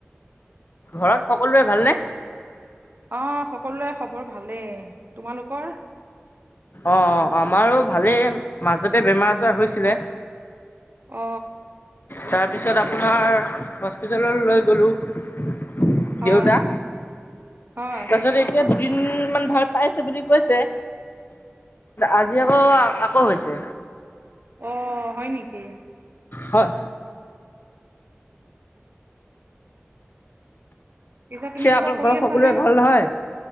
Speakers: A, on the left (about 50°); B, on the right (about 50°).
A: ঘৰত সকলোৰে ভালনে?
B: অ, সকলোৰে খবৰ ভালেই। তোমালোকৰ?
A: অ, অ, আমাৰো ভালেই, মাজতে বেমাৰ-আজাৰ হৈছিলে। <inaudible>
B: অ।
A: তাৰপিছত আপোনাৰ হস্পিতাল লৈ গ'লো। দেউতা,
B: হয় হয়
A: তাৰপিছত এই এতিয়া দুদিন মান ভাল পাইছে বুলি কৈছে। আজি আকৌ, আকৌ হৈছে।
B: অ, হয় নেকি!
A: হয়।
B: পিছে তুমি কিবা
A: আপোনাৰ
B: কৰি
A: ঘৰত
B: আছানে?
A: সকলোৰে ভাল নহয়